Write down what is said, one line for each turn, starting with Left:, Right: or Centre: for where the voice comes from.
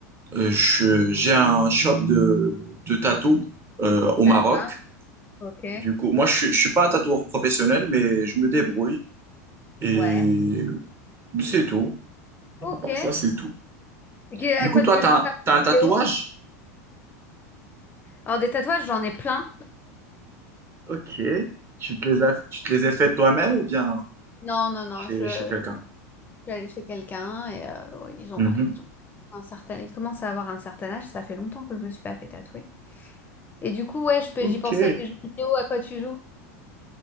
Right: euh, je- j'ai un shop de, de tatou euh, au Maroc.
Left: D'accord. Ok.
Right: Du coup, moi, je suis- je suis pas un tatoueur professionnel, mais je me débrouille. Et
Left: Ouais.
Right: c'est tout.
Left: Ok.
Right: À part
Left: Et
Right: ça, c'est tout.
Left: que- à
Right: Du coup,
Left: quoi
Right: toi,
Left: tu
Right: tu
Left: joues
Right: as, un
Left: comme
Right: t'as un tatouage?
Left: vidéo? Alors, des tatouages, j'en ai plein.
Right: Ok. Tu te les as, tu te les as faites toi-même ou bien
Left: Non, non, non.
Right: chez,
Left: Je,
Right: chez quelqu'un?
Left: je suis allée chez quelqu'un et euh, ouais, ils ont,
Right: Mhm.
Left: ils ont un certain, ils commencent à avoir un certain âge. Ça fait longtemps que je me suis pas fait tatouer. Et du coup, ouais, je-
Right: Ok.
Left: j'y pensais, les jeux vidéo, à quoi tu joues?